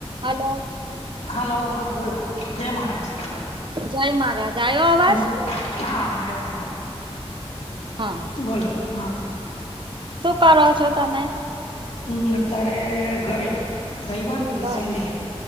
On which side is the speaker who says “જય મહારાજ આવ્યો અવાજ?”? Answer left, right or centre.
Right